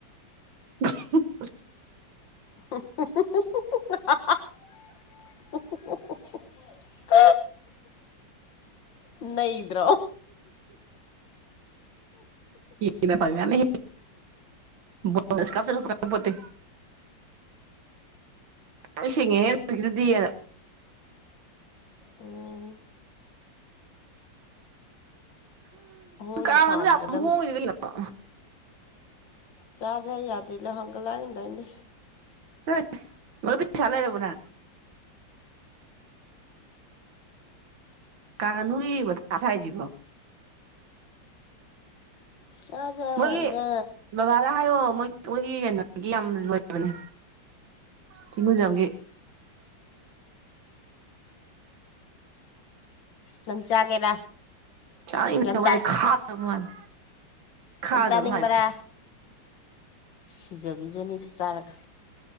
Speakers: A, on the right (about 85°); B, on the left (about 75°).
A: <inaudible>
B: <unintelligible> ꯅꯩꯗ꯭ꯔꯣ
A: ꯍꯦꯟꯅ ꯐꯪꯉꯅꯤ ꯕꯣꯅꯁꯀ ꯍꯥꯞꯆꯤꯜꯂꯛꯄ ꯈꯪꯄꯣꯇꯦ ꯑ ꯁꯦꯉꯦꯍꯦ ꯑꯗꯨꯗꯤꯅ <unintelligible>
B: ꯎꯝ ꯃꯣꯏꯗ
A: ꯀꯥꯡ
B: ꯁꯥꯍꯟꯒꯗꯝꯅꯤ
A: ꯉꯥꯅꯨ ꯌꯥꯝ ꯍꯣꯡꯉꯤꯗꯨꯗꯤ ꯀꯩꯅꯣ
B: ꯆꯥꯖꯦ ꯍꯥꯏ ꯌꯥꯗꯦꯗ ꯍꯪꯒ ꯂꯥꯡꯅꯣ ꯇꯥꯅꯤꯡꯗꯦ
A: ꯆꯠꯂꯣꯍꯦ ꯃꯔꯨꯞꯀꯤ ꯄꯩꯁꯥ ꯂꯩꯔꯕꯣ ꯅꯪ ꯀꯥꯉꯥꯅꯨꯒꯤ ꯃꯥꯊꯥ ꯁꯥꯏꯖꯤꯕꯣ
B: ꯆꯥꯁꯦ ꯍꯥꯏ
A: ꯃꯣꯏꯒꯤ
B: ꯋꯥꯅꯤꯗ
A: ꯕꯕꯥꯗ ꯍꯥꯏꯌꯣ ꯃꯣꯏ ꯨꯃꯣꯏꯒꯤ ꯀꯩꯅꯣꯒꯤ ꯌꯥꯝ ꯂꯣꯏꯕꯅꯦ ꯊꯤꯉꯨꯖꯝꯒꯤ
B: ꯅꯪ ꯆꯥꯒꯦꯔꯥ
A: ꯆꯥꯏꯅꯤꯡꯗꯦ
B: ꯌꯥꯝ
A: ꯑꯩꯉꯣꯟꯗ ꯈꯥꯗꯣ ꯃꯥꯜꯂꯦ ꯈꯥꯗꯕ
B: ꯌꯝ ꯆꯥꯅꯤꯡꯕꯔ
A: ꯃꯥꯜꯂꯦ
B: ꯁꯤꯖꯒꯤꯖꯅꯤ ꯑꯗꯨ ꯆꯥꯔꯒ